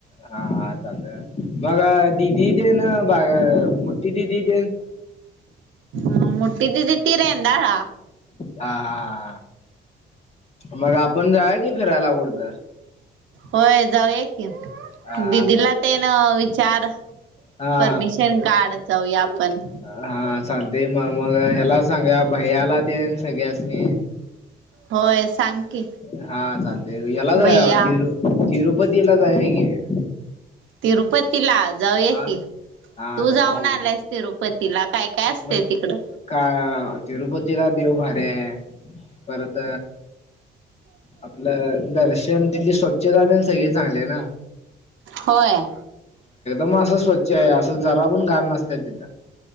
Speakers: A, on the left (about 30°); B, on the right (about 75°).
A: हा हा चालतंय. मग दीदी तेन मग मोठी दीदी तेन?
B: हं मोठी दीदी ती रेंदाळा.
A: हा, मग आपण जाऊया की फिरायला कुठंतर.
B: होय जाऊया की
A: हा
B: दीदीला तेन विचार.
A: हा
B: परमिशन काढ जाऊया आपण.
A: हा चालतंय. मग मग याला सांगा भैय्याला तेन सगळ्यासनी.
B: होय सांग की.
A: हा चालतंय. याला जाऊया
B: भैया
A: तिरू-तिरुपतीला जाऊया की.
B: तिरुपतीला जाऊया
A: हा
B: की.
A: हा
B: तू
A: चालते
B: जाऊन
A: भाऊजी
B: आलास तिरुपतीला काय काय असतं
A: मग
B: तिकडं?
A: का तिरुपतीला देव भारी हाय. परत आपलं दर्शन तिथली स्वच्छता तेन सगळी चांगली आहे ना.
B: होय.
A: मग असं स्वच्छ आहे, असं जरा पण घाण नसत्या तिथं.